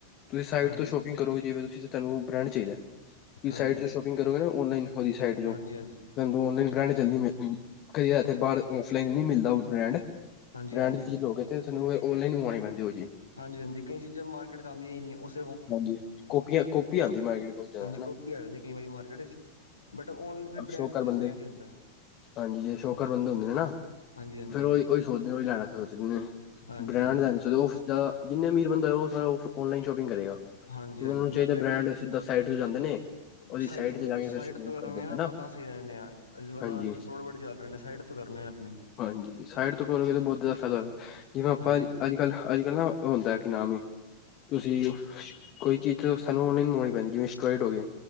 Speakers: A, on the left; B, on the left.
A: ਤੁਸੀਂ ਸਾਈਟ
B: ਹਾਂਜੀ
A: ਤੋਂ ਸ਼ੋਪਿੰਗ
B: ਹਾਂਜੀ
A: ਕਰੋਗੇ ਜਿਵੇਂ ਤੁਸੀਂ ਤੁਹਾਨੂੰ ਬ੍ਰੇਡ ਚਾਹੀਦਾ ਤੁਸੀਂ
B: ਹਾਂਜੀ
A: ਸਾਈਟ ਚ ਸ਼ੋਪਿੰਗ ਕਰੋਗੇ ਨਾ ਔਨਲਾਈਨ ਉਹਦੀ ਸਾਈਡ ਚੋ
B: ਹਾਂਜੀ
A: ਮੈ <inaudible> ਬ੍ਰੈਡ ਚਲਨੀ ਕਈ ਇੱਥੇ ਬਾਹਰ ਔਫਲਾਈਨ ਨੀ ਮਿਲਦਾ ੳਹ ਬ੍ਰੈਂਡ
B: ਹਾਂਜੀ
A: ਬ੍ਰੈਂਡ
B: ਹਾਂਜੀ
A: ਦੀ ਚੀਜ ਲੱਗੇ ਗਏ ਤੇ ਔਨਲਾਨ ਮੰਗਵਾਣੀ ਪੈਂਦੀ। ਚੀਜ਼
B: ਹਾਂਜੀ ਹਾਂਜੀ ਕਈ ਚੀਜ਼ਾਂ ਮਾਰਕੀਟ ਚ ਆਉਂਦੀਆਂ ਹੀ ਨਹੀਂ ਉਸ
A: ਹਾਂਜੀ ਕੋਪੀਆਂ। ਕੋਚੀ ਆਣਦੀ ਮਾਰਕੀਟ ਚ ਮੇਰੇ ਕੋਲ ਜਾਦਾ
B: ਹਾਂਜੀ
A: ਹਨਾ
B: ਕਾਪੀ ਆ ਜਾਂਦੀ ਕਈ ਵਾਰੀ ਮਾਰਕੀਟ 'ਚ ਬਟ ਔਨ ਫਿਰ ਬ੍ਰੈਂਡ
A: ਸ਼ੋਕਰ
B: ਤੇ ਫਿਰ
A: ਬੰਦੇ
B: ਬ੍ਰੈਂਡ ਹੀ ਹੁੰਦਾ
A: ਹਾਜੀ ਸ਼ੋਕਰ ਬੰਦੇ ਹੁੰਦੇ ਨੇ ਨਾ
B: ਹਾਂਜੀ ਹਾਂਜੀ
A: ਫੇਰ ਉਹ ਉਹੀ ਸੋਚਦੇ ਉਹੀ ਲੈਣਾ ਸੋਚਦੇ ਨੇ
B: ਹਾਂਜੀ
A: ਬ੍ਰਾਂਡ
B: ਹਾਂਜੀ
A: ਲੈਣਾ ਸੋਚਦੇ ਨੇ। ਜਾਂ ਜਿੰਨੇ ਅਮੀਰ ਬੰਦਾ ਉਹ ਸਾ ਉਹ ਔਨਲਾਈਨ ਸ਼ੋਪਿੰਗ ਕਰੇਗਾ। ਉਹ
B: ਹਾਂਜੀ ਹਾਂਜੀ
A: ਨੂੰ ਚਾਹੀਦਾ
B: ਨਾਲੇ
A: ਬ੍ਰਾਂਡਿੱ ਸਾਈਡ ਤੋਂ ਜਾਂਦੇ ਨੇ ਉਹਦੀ
B: ਸਾਈਡ
A: ਸਾਈਟ
B: ਤੋਂ
A: ਜਾ ਕੇ
B: ਸਾਈਡ
A: ਫਿਰੂ
B: ਤੋਂ ਕਰਾਂਗੇ
A: ਕਰਦੇ ਨੇ
B: ਨਾ
A: ਹਨਾ
B: ਪਤਾ ਸਹੀ ਰਹਿੰਦੇ ਆ ਵਰਨਾ
A: ਹਾਂਜੀ
B: ਅੱਜ ਕੱਲ ਫਰੋਡ ਬੜੇ ਚੱਲ ਰਹੇ ਨੇ ਸਾਈਡ ਤੋਂ ਕਰਨੇ ਨੇ ਆਪਣੇ
A: ਹਾਂਜੀ ਸਾਈਟ ਤੋਂ ਕਰੋਗੇ ਬਹੁਤ ਜ਼ਿਆਦਾ ਫਾਇਦਾ ਹੋਗਾ ਜਿਵੇਂ ਆਪਾਂ
B: ਹਾਂਜੀ ਹਾਂਜੀ
A: ਅੱਜ ਕਲ ਅੱਜ ਕਲ ਨਾ ਹੁੰਦਾ। ਕੀ ਨਾਮ ਈ ਤੁਸੀ। ਕੋਈ ਚੀਜ਼ ਸਾਨੂੰ ਉਹ ਔਨਲਾਈਨ ਮੰਗਵਾਨੀ ਪੈਂਦੀ ਜਿਵੇਂ ਸਕਲਂਟ ਹੋਗੀ।